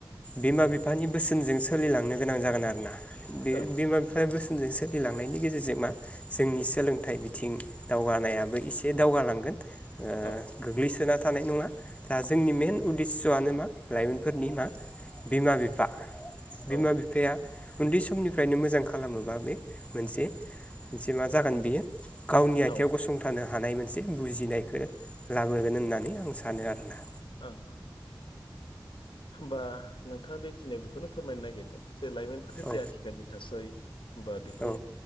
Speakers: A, on the left (about 15°); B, on the left (about 85°).
A: बिमा बिफानि बोसोनजों सोलिलांनो गोनां जागोन आरो ना।
B: ओं
A: बे बिमा बिफानि बोसोनजों सोलिलांनायनि गेजेरजों मा जोंनि सोलोंथाइ बिथिं दावगानायाबो एसे दावगालांगोन ओ
B: औ
A: गोग्लैसोना थानाय नङा दा जोंनि मेन उद्देस्'आनो मा लाइमोनफोरनि मा बिमा बिफा बिमा
B: औ
A: बिफा बिफा बिफाया उन्दै समनिफ्रायनो मोजां खालामोबा बे मोनसे। मोनसे मा जागोन बियो गावनि आथिाव
B: औ
A: गसंथानो हानाय मोनसे बुजिनायखौ लाबोगोन होननानै आं सानो आरोना।
B: औ औ। होमबा नोंथाङा बेखिनियाव बेखौनो फोरमायनो नागिरदों जे लाइमोन नि
A: औ
B: जे आथिखालनि थासारि हबा बेखौ
A: औ